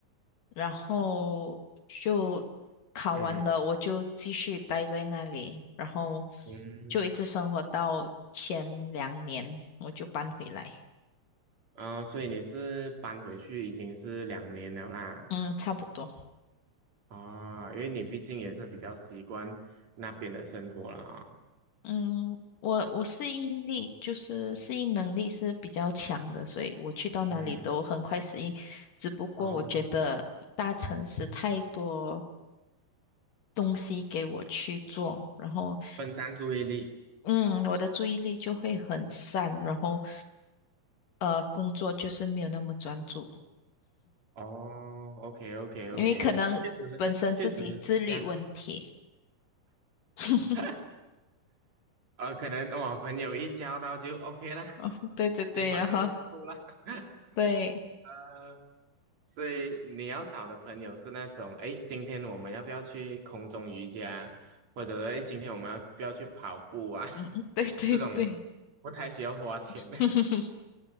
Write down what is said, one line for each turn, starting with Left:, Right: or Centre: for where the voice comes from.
Left: 然后就考完了，
Right: 嗯
Left: 我就继续待在那里，然后
Right: 嗯，
Left: 就一直生活到前两年，我就搬回来。
Right: 啊、所以你是搬回去已经是两年了啦，
Left: 嗯，差不多。
Right: 啊、因为你毕竟也是比较习惯那边的生活啦，
Left: 嗯，我我适应力就是适应能力是比较强的，所以我去到哪里都很快适应。
Right: 嗯，
Left: 只不过我觉得大城市太多
Right: 哦，
Left: 东西给我去做，然后
Right: 分散注意力，
Left: 嗯，我的注意力就会很散，然后呃，工作就是没有那么专注，
Right: 哦，OK OK
Left: 因为可能本身自己自律问题。
Right: OK，确实确实是这样，
Left: <laughs>
Right: <laughs> 呃，可能我朋友一交到就 OK 啦，
Left: 哦，对对对，
Right: 今晚就够了，
Left: 然后
Right: <laughs>
Left: 对，
Right: 呃所以你要找的朋友是那种，哎，今天我们要不要去空中瑜伽，或者说，哎，今天我们要不要去跑步啊？<laughs>
Left: 嗯，对对对，
Right: 这种不太需要花钱的。
Left: <laughs>